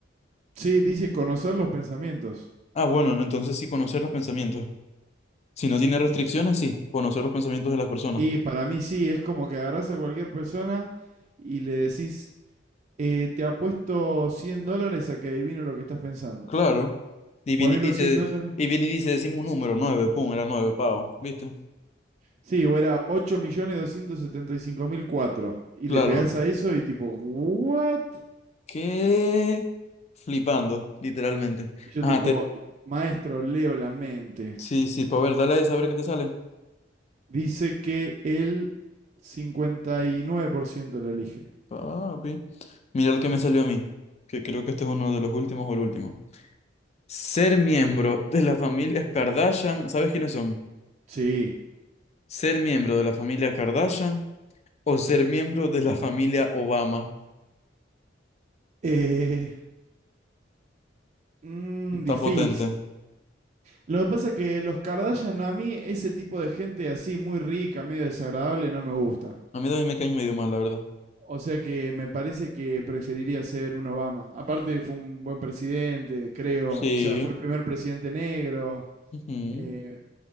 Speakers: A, on the right (about 40°); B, on the left (about 35°).
A: Sí, dice conocer los pensamientos.
B: Ah, bueno, entonces sí, conocer los pensamientos. Si no tiene restricciones, sí, conocer los pensamientos de las personas.
A: Y para mí sí, es como que agarrás a cualquier persona y le decís, eh, te apuesto 100 dólares a que adivino lo que estás pensando.
B: Claro. Y
A: Ponés
B: viene y dice,
A: los cien dólares.
B: y viene y dice, decimos un número, nueve, pum, era nueve, pavo, ¿viste?
A: Sí, o era 8.275.004. Y cinco mil cuatro. Y
B: Claro.
A: le pegás a eso y tipo, ¿what?
B: ¿Qué? Flipando, literalmente.
A: Y yo
B: Ajá,
A: tipo,
B: te...
A: maestro, leo la mente.
B: sí, sí, para ver, dale a ver qué te sale.
A: Dice que el 59% la elige.
B: Papi. Mira el que me salió a mí, que creo que este es uno de los últimos o el último. Ser miembro de la familia Kardashian, ¿sabes quiénes son?
A: Sí.
B: Ser miembro de la familia Kardashian o ser miembro de la familia Obama.
A: Eh, mmm,
B: Está
A: difícil.
B: potente.
A: Lo que pasa es que los Kardashian, a mí ese tipo de gente así muy rica, medio desagradable, no me gusta.
B: A mí también me caen medio mal, la verdad.
A: O sea que me parece que preferiría ser un Obama. Aparte fue un buen presidente, creo.
B: Sí.
A: O sea, fue el primer presidente negro.
B: ujú.
A: Eh,